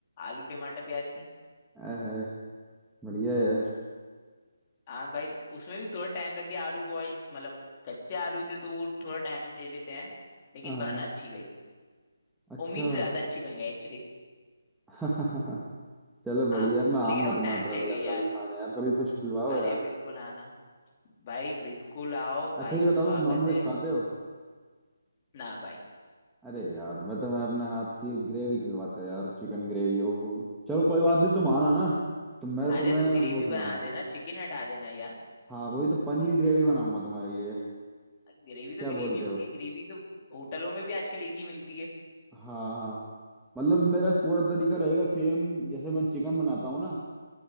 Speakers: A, on the left; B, in the centre.
A: आलू टमाटर प्याज की
B: आय हाय बढ़िया यार
A: हाँ भाई उसमें भी थोड़ा टाइम लग गया आलू बॉयल मतलब कच्चे आलू थे तो वो थोड़ा टाइम ले लेते हैं लेकिन
B: हाँ
A: बन अच्छी गई
B: अच्छा
A: उम्मीद से ज्यादा अच्छी बन गई एक्चुअली
B: <laughs> चलो बढ़िया
A: हाँ
B: मैं आऊंगा
A: लेकिन वो
B: तुम्हारी
A: टाइम
B: तरफ
A: ले गई
B: यार
A: यार
B: कभी खाने यार कभी कुछ खिलवाओ
A: अरे
B: यार
A: बिल्कुल आना भाई बिल्कुल आओ भाई
B: अच्छा ये
A: का
B: बताओ
A: स्वागत
B: तुम नॉनवेज
A: है
B: खाते हो
A: ना भाई
B: अरे यार मैं तो मैं अपने हाथ की ग्रेवी खिलवाता यार चिकन ग्रेवी ओ चलो कोई बात नहीं तुम आना ना तो मैं
A: अरे
B: तुम्हें
A: तो ग्रेवी
B: वो खिलाऊंगा
A: बना देना चिकन हटा देना यार
B: हाँ वही तो पनीर ग्रेवी बनाऊंगा तुम्हारे लिए
A: ग्रेवी तो
B: क्या
A: ग्रेवी
B: बोलते
A: होती
B: हो
A: है ग्रेवी तो होटलों में भी आजकल एक ही मिलती है
B: हाँ हाँ मतलब मेरा पूरा तरीका रहेगा सेम जैसे मैं चिकन बनाता हूँ ना